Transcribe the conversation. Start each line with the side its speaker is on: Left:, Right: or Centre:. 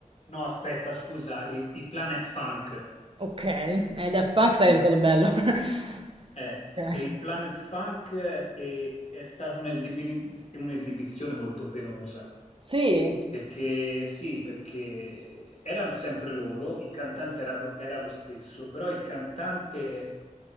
Left: no aspetta, scusa, i, i Planet Funk,
Right: Ok, ai Daft Punk sarebbe stato bello. <laughs>
Left: Eh,
Right: Ok.
Left: e il Planet Funk eh, è, è stata un'esibi- un'esibizione molto penosa,
Right: Sì.
Left: perché sì, perché erano sempre loro, il cantante era, era lo stesso, però il cantante